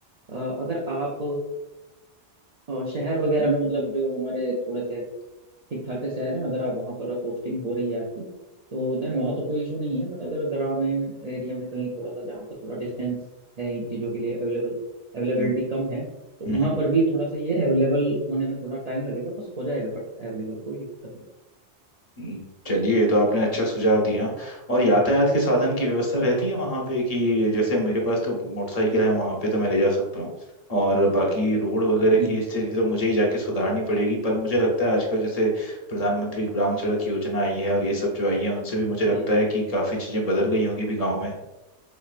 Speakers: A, on the right; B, on the left.
A: अ, अगर आप अ, शहर वगैरह में मतलब जो हमारे थोड़े से ठीक ठाक से शहर है अगर आप वहाँ पर पोस्टिंग हो रही है आपकी तो देन वहाँ तो कोई इशू नहीं है बट अगर ग्रामीण एरिया में कहीं थोड़ा सा जहाँ पर थोड़ा डिस्टेंस है इन चीज़ों के लिए अवेलेबल अवेलेबिलिटी
B: हम्म,
A: कम है तो
B: हम्म।
A: वहाँ पर भी थोड़ा सा ये अवेलेबल होने में थोड़ा टाइम लगेगा बस हो जाएगा बट अवेलेबल कोई दिक्कत
B: हम्म, चलिए ये तो आपने अच्छा सुझाव दिया और यातायात के साधन की व्यवस्था रहती है वहाँ पे कि जैसे मेरे पास तो मोटरसाइकिल है वहाँ पे तो मैं ले जा सकता हूँ और बाकी रोड वगैरह
A: नहीं
B: की स्थिति तो मुझे ही जाके सुधारनी पड़ेगी पर मुझे लगता है आजकल जैसे प्रधानमंत्री ग्राम सड़क योजना आई है और ये सब जो आई है उनसे भी मुझे लगता
A: जी
B: है कि काफ़ी चीज़ें बदल गई होंगी भी गाँव में